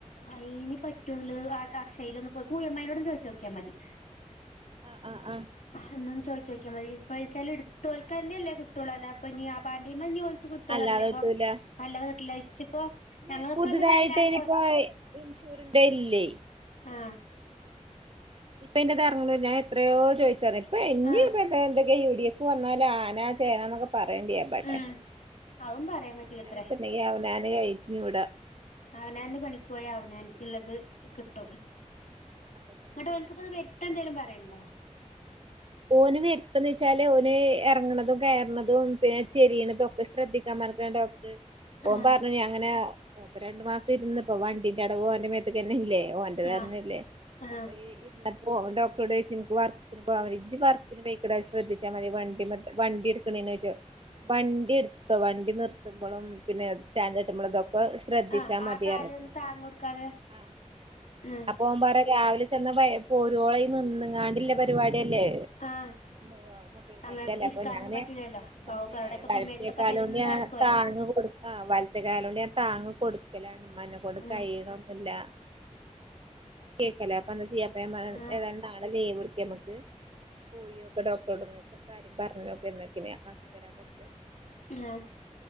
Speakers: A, on the left (about 85°); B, on the right (about 45°).
A: അയിന് പറ്റോന്നുള്ളത് അക്ഷയ്യില് ഒന്ന് പോയിപ്പോ പൂയംമാനോട് ചോദിച്ചു നോക്കിയാൽ മതി
B: ആഹ് ആഹ് ആഹ്
A: എന്നും ചോദി ചോക്കിയാ മതി ച്ചാല് എടുത്തോൽക്ക തന്നെയല്ലേ കിട്ടുള്ളൂ അല്ല അപ്പൊ നീ ആപ്പൻ്റെ മെ നീ ഓൻ കിട്ടുകാരല്ല
B: അല്ലാതെ
A: അപ്പൊ
B: കിട്ടൂല
A: നല്ലത കിട്ടില്ല ഇച്ചിപ്പോ
B: ഇനി
A: ഞങ്ങൾക്കെന്ന്
B: പുതുതായിട്ട്
A: ഇവിടെ എല്ലാർക്കും
B: അയിനിപ്പോ ഇൻഷൂറിന്റെ ഇല്ലേ
A: ആഹ്
B: ഇപ്പൊ എന്റെ തറങ്ങുണു എത്രയോ ചോദിച്ചാ ഇപ്പ ഇനി
A: ആഹ്
B: ഇപ്പ എന്ത എന്തൊക്ക യു ഡി എഫ് വന്നാല് ആനാ ചേന എന്നൊക്കെ പറയേണ്ടി എബടെ
A: ഉം അതും പറയാൻ പറ്റൂലത്രേ
B: അവനാനിട്ടുുന്നെങ്കി അവനാന് കഴിഞ്ഞുൂട
A: അവനാനന് പണിക്ക് പോയാ അവനാനിക്കിള്ളത് കിട്ടും ഇന്ന
B: അത്രതന്നെ ഒള്ളൂ
A: ട്ടൊന് ക്ക്പ്പത് വര് ഇറ്റ എന്തേലും പറയല്ണ്ടോ
B: ഓന് വരുത്തന്ന് വെച്ചാല് ഓന് ഇറങ്ങണതും കയറുന്നതും പിന്നെ ചെരിയണതും ഒക്കെ ശ്രദ്ധിക്കാൻ പറഞ്ഞക്കാണ് ഡോ ഓ
A: ആഹ്
B: പറഞ്ഞു ഞാങ്ങനെ രണ്ടു മാസം ഇരുന്ന് ഇപ്പൊ വണ്ടിന്റെ അടവ് ഓൻ്റെ ന്നെ ഇല്ലേ ഓൻ്റെതന്നെല്ലേ
A: ആഹ് ആഹ്
B: അപ്പൊ ഇ ഓ ഡോക്ടറോട് ചോദിച്ചു നിക്ക് വർക്കിന് പോവ ജ് വർക്കിന് പോയിക്കടാ ശ്രദ്ധിച്ചാൽ മതി വണ്ടി വണ്ടി എടുക്കണേ വെച്ചോ വണ്ടി എടുത്തോ വണ്ടി നിർത്തുമ്പോഴും പിന്നെ സ്റ്റാൻഡട്ടുമ്പോഴ അതൊക്കെ ശ്രദ്ധിച്ചാ
A: ആഹ് ആ
B: മതി
A: കാല്
B: റ ഞ്ഞ്ത്ണ്
A: ഒന്ന് താങ്ങൊടുക്കാതെ
B: ആ
A: ആഹ്
B: അപ്പോ ഓപറ രാവിലെ ചെന്നാ പോ രോളം നിന്ന്ങ്ങാണ്ടില്ല പരിപാടി അല്ലേ
A: ആഹ്
B: ഓ മൊബൈൽ കടയിലല്ലേ
A: അങ്ങനെ ഇരിക്കാനൊന്നും
B: അപ്പൊ ഞാന്
A: പറ്റൂലല്ലോ പാവപ്പെ
B: ഏ
A: അവിടെക്കെ ഇപ്പ
B: വലത്തേക്കാല
A: ഇമേജിലൊക്കെ പെരുന്തരക്കല്ലേ
B: കൊണ്ട് ഞൻ താങ്ങങ് കൊടു ആ വലത്തെ കാലുകൊണ്ട്ഞാൻ താങ്ങ് കൊടുക്കലാണ് ഇമ്മ എന്നെ കൊണ്ട്
A: ഉം
B: കഴി യൊണന്നില്ലാ കേക്കല്ല അപ്പൊ എന്താ ചെയ്യപ്പ
A: ആഹ്
B: ഏതായാലും നാളെ ലീവ് എടുക്ക് നമ്മക്ക് പോയോ ക്ക് ഡോക്ടറോടട് ഒന്ന് കാര്യം പറഞ്ഞോക്ക് എന്നൊക്കിനെ ആക്കിത്തരാൻ പറ്റ
A: ആഹ്